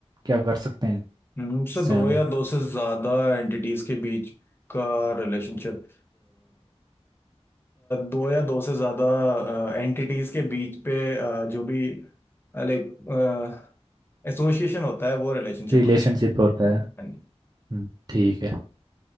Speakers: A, on the right (about 40°); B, on the left (about 20°).
A: क्या कर सकते हैं
B: हम्म,
A: इससे
B: से दो
A: हम
B: या दो से ज्यादा एंटिटीज के बीच का रिलेशनशिप दो या दो से ज्यादा एंटिटीज के बीच पे अ, जो भी लाइक एसोसिएशन होता है वो रिलेशनशिप
A: रिलेशनशिप
B: होता है
A: होता है
B: हाँ जी।
A: हम्म, ठीक है